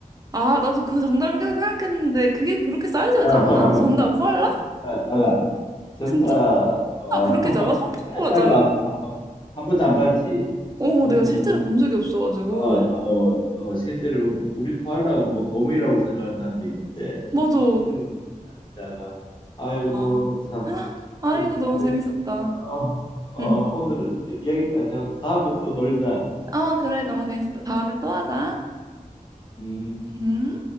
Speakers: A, on the right; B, on the left.
A: 아, 나도 그 정답을 계속 생각했는데, 그게 그렇게 사이즈가
B: <laughs>
A: 작나? 정답, 코알라?
B: 자, 자가. 정답.
A: 진짜
B: 어,
A: 그렇게
B: <laughs>
A: 작아? 손바닥보다
B: 하나 작안
A: 작아?
B: 봤- 한 번도 안 봤지.
A: 어,
B: 보험에
A: 내가
B: 한번
A: 실제로 본 적이 없어가지고.
B: 어, 어, 어, 실제로 보면 우리 코알라 뭐 곰이라고 생각하는 사람도 있는데
A: 맞아.
B: 실제 보면 아주 작아. 아이고
A: 아,
B: 참
A: 아,
B: 그래.
A: 이거 너무
B: 아이,
A: 재밌었다.
B: 어, 어,
A: 응.
B: 오늘은 여- 여기까지 하고 다음에 또 놀자.
A: 어, 그래, 너무 재밌었다. 다음에 또 하자.
B: 음.
A: 음.